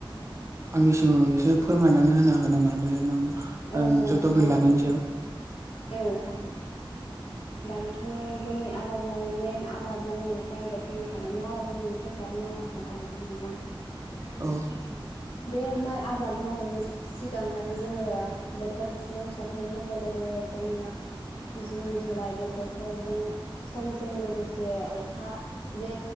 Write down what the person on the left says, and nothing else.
नोंथां औ
हागोन
नोंथां
औ हागोन दायोथ' जोंनि आबाद माव मेन आबाद मावनाया जाहैबाय <unintelligible> थानायनि आबाद मावनायानो जाहैबाय माइ आबाद आरो नोंथां
बे माइ आबाद मावनायनि सिगांहाय जोङो बोथोरजों सफैनाय लोगो लोगो जोङो जुन जुलाइ बे बोथोरजों समजों लोगोसे अखा बे